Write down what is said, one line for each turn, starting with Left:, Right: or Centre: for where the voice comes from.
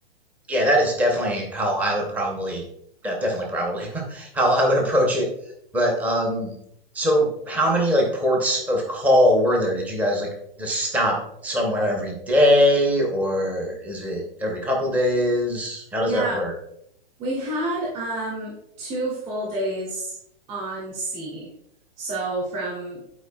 Centre: Yeah, that is definitely how I would probably de definitely probably <laughs> how I would approach it. But um so how many like ports of call were there? Did you guys like just stop somewhere every day or is it every couple days? How
Right: Yeah,
Centre: does that work?
Right: We had um two full days on sea. So from